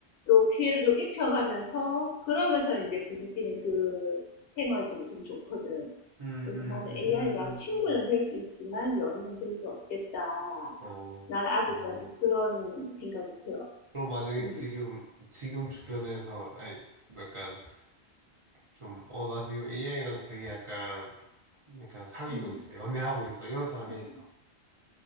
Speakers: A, on the left (about 65°); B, on the right (about 35°).
A: 또 피해를 좀 입혀가면서 그러면서 이제 부딪히는 그 생활들이 좀 좋거든.
B: 음, 음,
A: 그래서 나는
B: 음.
A: AI가 음, 친구는 될 수 있지만 연인은 될 수 없겠다.
B: 어,
A: 난 어, 아직까지 그런 생각이 들어.
B: 그럼 만약에
A: 음,
B: 지금, 지금 주변에서, 아니, 약간 좀, 어, 나 지금 AI랑 되게 약간, 약간 사귀고
A: 음,
B: 있어. 연애하고 있어. 이런 사람이
A: 음.
B: 있어.